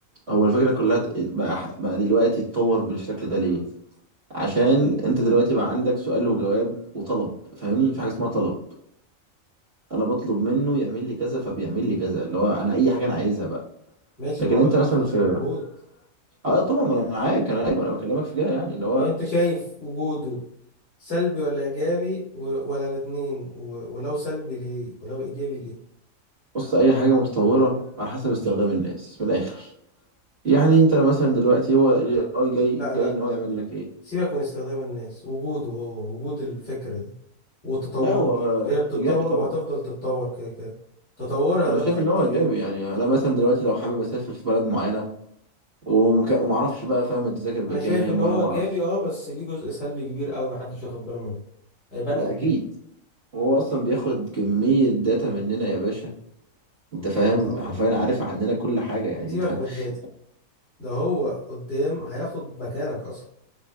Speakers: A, on the right; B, on the left.
A: هو الفكره كلها ت- بقى ح- بقى دلوقتي اتطور بالشكل ده ليه عشان انت دلوقتي بقى عندك سؤال وجواب وطلب فاهمني في حاجه اسمها طلب انا بطلب منه يعمل لي كذا فبيعمل لي كذا اللي هو انا اي حاجه انا عايزها بقى
B: ماشي
A: لكن
B: ما هو
A: انت
B: ده
A: مثلا
B: ما كانش
A: في
B: موجود
A: اه طبعا ما انا معاك انا ايوه انا بكلمك في كده يعني ان هو
B: يعني انت شايف وجوده سلبي ولا ايجابي و... ولا الاتنين و... ولو سلبي ليه ولو ايجابي ليه
A: بص اي حاجه متطوره على حسب استخدام الناس من الاخر يعني انت مثلا دلوقتي هو الاي اي جاي
B: لا لا
A: جاي ان هو يعمل لك ايه
B: سيبك من استخدام الناس وجوده هو وجود الفكرة دي وتطوره
A: لا هو
B: وهي بتتطور
A: ايجابي طبعا
B: وهتفضل تتطور كده كده تطورها
A: انا
B: ده
A: شايف ان هو ايجابي يعني انا مثلا دلوقتي لو حابب اسافر في بلد معينه ومك... وما اعرفش بقى فاهم التذاكر بكام
B: انا شايف ان هو
A: ولا ما
B: ايجابي
A: اعرفش
B: اه بس ليه جزء سلبي كبير قوي محدش واخد باله منه هيبان
A: ده
B: قدام
A: اكيد هو اصلا بياخد كميه داتا مننا يا باشا انت فاهم
B: آه طبعا
A: حرفيا عارف عننا كل حاجه يعني
B: سيبك
A: انت
B: من الداتا
A: <laughs>
B: ده هو قدام هياخد مكانك اصلا